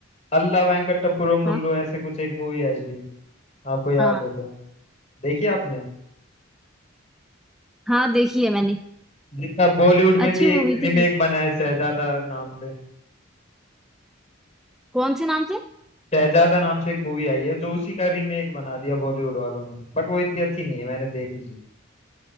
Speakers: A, on the left; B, in the centre.
A: अल्ला वेंकटपुरम मुल्लू
B: हाँ
A: ऐसे कुछ एक मूवी आई थी आपको याद
B: हाँ
A: होते हो देखिए आपने
B: हाँ देखी है मैंने
A: जिसका बॉलीवुड में
B: अच्छी
A: भी एक
B: मूवी
A: रीमेक
B: थी वो।
A: बना है शहजादा नाम से
B: कौन से नाम से
A: शहजादा नाम से एक मूवी आई है जो उसी का रीमेक बना दिया बॉलीवुड वालों ने बट वो इतनी अच्छी नहीं है मैंने देखी थी